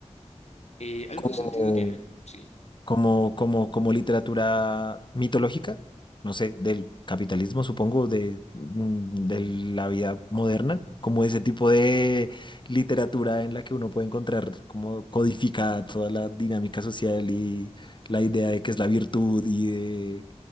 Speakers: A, on the left (about 65°); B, on the left (about 40°).
A: Eh, algo
B: Como,
A: de sentido tiene, sí.
B: como, como, como literatura mitológica, no sé, del capitalismo, supongo, de, mm, de la vida moderna, como ese tipo de literatura en la que uno puede encontrar como codificada toda la dinámica social y la idea de qué es la virtud y de